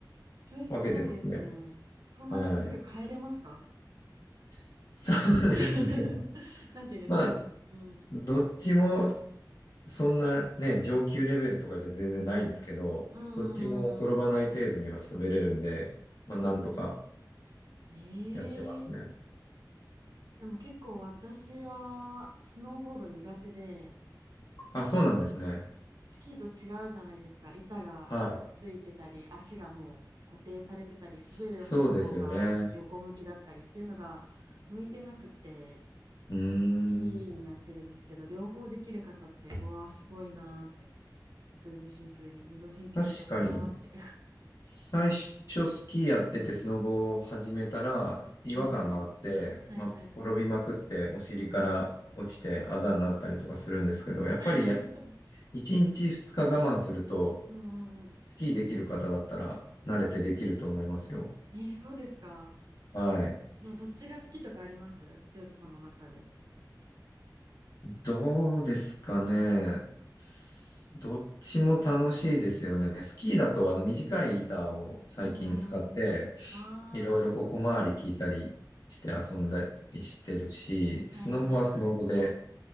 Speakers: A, on the right; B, on the left.
A: それすごいですね。
B: 分けてますね。
A: そんなすぐ帰れますか
B: はい。<laughs> そうですね。
A: <laughs> なんていうんですか。
B: まあ、
A: うん。
B: どっちもそんなね、上級レベルとかじゃ全然ないんですけど、
A: うーん。
B: どっちも転ばない程度には滑れるんで、まあ、なんとか
A: ええ
B: やってますね。
A: でも結構私はスノーボード苦手で、
B: あ、そうなんですね。
A: スキーと違うじゃないですか。板がくっついてたり、
B: はい。
A: 足がもう固定されてたり、
B: そうですよね。
A: 滑る方向が横向きだったりっていうのが向いてなくて。
B: うー
A: きになってるんですけど、
B: ん。
A: 両方できる方って、うわー、すごいなーって。普通にシンプルに運動神経いいのかなーって。
B: 確かに、最初スキーやっててスノボを始めたら違和感があって、
A: <laughs> はいはい。はいはいはい。
B: まあ、転びまくってお尻から落ちてあざになったりとかするんですけど、
A: うんうん。
B: やっぱりや、
A: <laughs>
B: 1日2日我慢すると、
A: うんうんうん。
B: スキーできる方だったら慣れてできると思いますよ。
A: えーそうですか。
B: はい。
A: じゃあ、どっちが好きとかありますりょうたさんの中で。
B: どうですかね。すどっちも楽しいですよね。スキーだとあの短い板を最近使って、
A: うーん。ああ、
B: いろいろこう小回り効いたりして遊んだりしてるし、
A: なるほど。はいはいはい。
B: スノボはスノボで